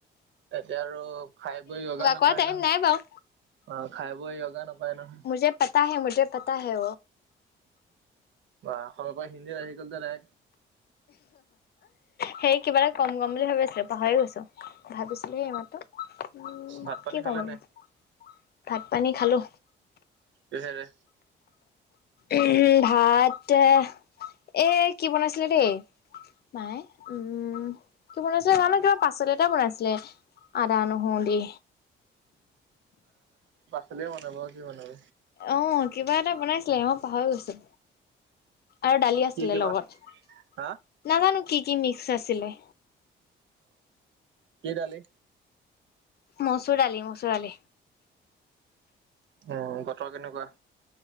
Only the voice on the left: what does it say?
কৰা টাইম
নাই বাৰু
মুজে পতা হে ম মুজে পতা হে
সেই কিবা এটা কম গম বুলি ভাবি আছিলো পাহৰি গৈছো ভাবিছিলো সেই ইমাতো উম
কি
কম বুলি
ভাত পানী খালো
উম, ভাতে এ কি বনাইছিলে দেই। মাই উম, কি বনাইছিলে জানো কিবা পাচল এটা বনাইছিলে আদা নহৰু দি।
অ' কিবা এটা বনাইছিলে মই পাহৰি গৈছো। আৰু দালি আছিলে
লগত
নাজানো, কি-কি মিক্স আছিলে?
মচুৰ দালি মচুৰ দালি।